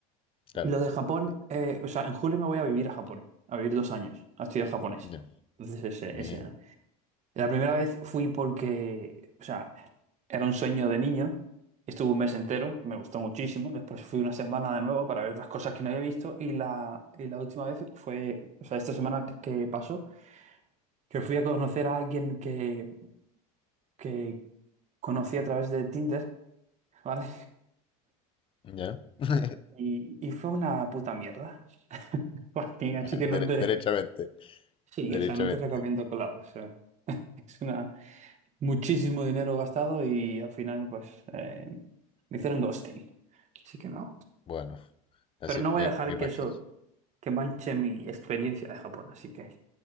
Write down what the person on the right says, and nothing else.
Y lo de Japón,
eh, o sea, en julio me voy a vivir a Japón, a vivir dos años, a estudiar japonés.
Entonces, ese,
ese, La primera vez fui porque, o sea, era un sueño de niño. Estuve un mes entero, me gustó muchísimo. Después fui una semana de nuevo para ver otras cosas que no había visto. Y la, y la última vez fue, o sea, esta semana que pasó, que fui a conocer a alguien que, que conocí a través de Tinder, ¿vale?
Y, y fue una puta mierda. <laughs> Joaquín, Así que
no te...
Sí,
o sea, no te recomiendo que lo hagas, o sea, es una... muchísimo dinero gastado y al final pues eh, me hicieron ghosting. Así que no.
Pero no voy
a dejar
que eso, que manche mi experiencia de Japón, así que...